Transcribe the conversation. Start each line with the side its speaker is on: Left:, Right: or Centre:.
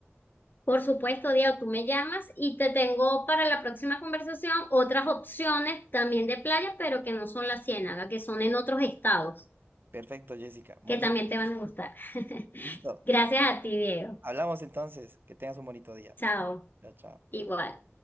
Left: Por supuesto, Diego, tú me llamas y te tengo para la próxima conversación otras opciones también de playa, pero que no son la Ciénaga, que son en otros estados,
Right: Perfecto, Jessica, muchas
Left: que también
Right: gracias.
Left: te van a gustar. <laughs>
Right: Listo,
Left: Gracias a ti, Diego.
Right: hablamos entonces, que tengas un bonito día.
Left: Chao.
Right: Chao, chao.
Left: Igual.